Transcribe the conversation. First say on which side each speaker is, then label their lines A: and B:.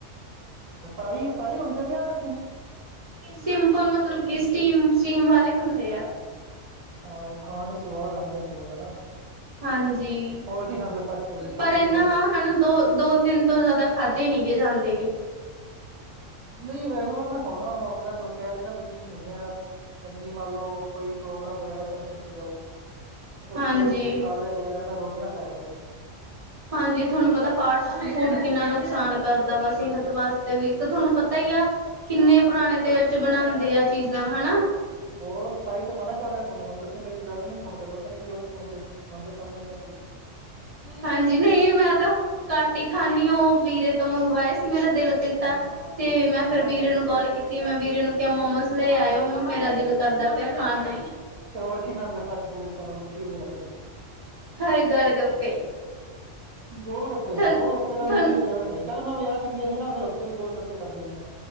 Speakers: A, on the right; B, on the right.
A: ਅੱਛਾ ਫਰਾਈ, ਫਰਾਈ ਹੋਂਦੇ ਨੇ ਯਾ
B: ਸਿੰਪਲ ਮਤਲਬ ਕਿ ਸਿ੍ਟੀਮ, ਸੑਟਿਮ ਵਾਲੇ ਹੁੰਦੇ ਆ।
A: ਹਾਂ, ਓ ਖਾਨ ਨੂ ਸਵਾਦ ਆਂਦੇ ਹੋਨ ਬੋਤ ਹਨਾ।
B: ਹਾਂਜੀ,
A: ਹੋਰ ਕੀ ਖਾਂਦੇ ਹੋ ਫਾਸਟ ਫੂਡ ਵਿੱਚ ਤੁਹਾਨੂੰ
B: ਪਰ ਐਂਨਾਂ
A: ਕੀ ਵਧੀਆ ਲੱਗਦਾ
B: ਵਾ ਹਨਾ ਦੋ ਦੋ, ਤਿੰਨ ਤੋਂ ਜੇ ਜੇ਼ਦਾ ਖਾਦੇ ਨੀ ਗੇ ਜਾਂਦੇ ਗੇ।
A: ਨਈ ਰੈਗੂਲਰ ਮੈਂ ਹੋਨਾ ਵਾ ਮੈਂ ਤੁਆਨੂੰ ਕੈ ਤਾ ਰੇਆ ਤੁਸੀਂ <unintelligible> ਜਾਣੀ ਕਿ ਮੰਨ ਲੋ ਕੋਈ ਪ੍ਰੋਗਰਾਮ ਵਗੈਰਾ ਫੰਕਸ਼ਨ ਤੇ ਜਾਓ, ਓਥੇ
B: ਹਾਂਜੀ
A: ਤੁਸੀਂ ਖਾ ਲੇਆ ਕਰੋ ਐ ਨਾ ਰੋਜ਼ ਨਾ ਖਾਏਆ ਕਰੋ।
B: ਹਾਂਜੀ, ਥੁਆਨੂੰ ਪਤਾ ਫਾਸਟ ਫੂ ਕਿੰਨਾ ਨੁਕਸਾਨ ਕਰਦਾ ਵਾ ਸੇਹਤ ਵਾਸਤੇ ਵੀ, ਤੇ ਤੁਹਾਨੂੰ ਪਤਾ ਈ ਆ ਕਿੰਨੇ ਪੁਰਾਣੇ ਤੇਲ ਚ ਬਨਾਂਦੇ ਆ ਚੀਜ਼ਾਂ ਹਨਾ।
A: ਹੋਰ, ਤਾਈ ਤੇ ਮਨਾ ਕਰ ਰੇਆ ਤੋਨੂੰ ਪਰ ਮੇਰੀ ਗੱਲ ਨੀ ਸੁਣਦੇ ਪਤਾ ਨੀ ਕੇ ਨੀ ਸੁਣਦੇ। ਮੇਨ ਤਾਂ ਸਮਜ ਨੀ ਆਂਦੀ।
B: ਹਾਂਜੀ, ਨਹੀਂ ਮੈਂ ਤਾਂ ਘੱਟ ਈ ਖਾਨੀ ਆ ਓ, ਵੀਰੇ ਤੋਂ ਮੰਗਵਾਏ ਸੀ ਮੇਰਾ ਦਿਲ ਕੀਤਾ ਤੇ ਮੈਂ ਫੇਰ ਬੀਰੇ ਨੂੰ ਕੋਲ ਕੀਤੀ, ਮੈਂ ਬੀਰੇ ਨੂੰ ਕੇਆ ਮੋਮੋਸ ਲੈ ਆਏਓ ਮੇਰਾ ਦਿਲ ਕਰਦਾ ਪੇਆ ਖਾਣ ਨੂੰ।
A: ਤੇ ਹੋਰ ਕੀ ਖਾਂਦੇ ਫਾਸਟ ਫੂੜ ਚ ਤੁਆਨੂੰ ਓਰ ਕੀ ਵਦੀਆ ਲੱਗਦੈ?
B: ਹੋਰ ਗੋਲ਼ ਗੱਪੇ।
A: ਗੋਲ- ਗੱਪੇ,
B: ਥੋਨੂੰ
A: ਗੋਲ -ਗੱਪੇ ਤਾਂ
B: ਥੋਨੂੰ
A: ਮੇਰੀ ਫੇਵਰਟ ਏ, ਕੱਲ੍ਹ ਮੈਂ ਵੇਆ ਚ ਗੇਆ ਹੀ ਨਾ ਫੇਰ ਓਥੇ ਵੀ ਗੋਲ -ਗੱਪੇ ਖਾਦੇ ਸੀ ਮੈਂ।